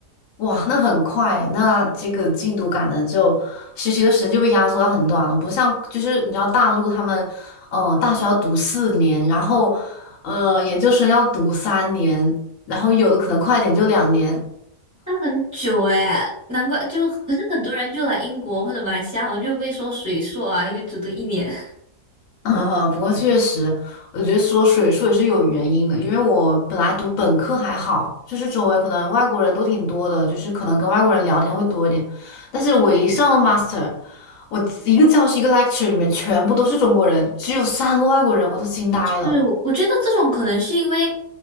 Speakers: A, on the left; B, on the right.
A: 哇，那很快欸那这个进度赶的就学习的时间就被压缩到很短了，不像就是你知道大陆他们，呃，大学要读四年，然后呃研究生要读三年，然后有的可能快一点就两年。
B: 那很久哎，难怪就，可是很多人就来英国或者马来西亚，我们就被说水硕啊，因为只读一年。<laughs>
A: 啊，不过确实，我觉得说水硕也是有原因的，因为我本来读本科还好，就是周围可能外国人都挺多的，就是可能跟外国人聊天会多一点。但是我一上了 master，我一个教室一个 lecture 里面全部都是中国人，只有三个外国人，我都惊呆了。
B: 是，我我觉得这种可能是因为，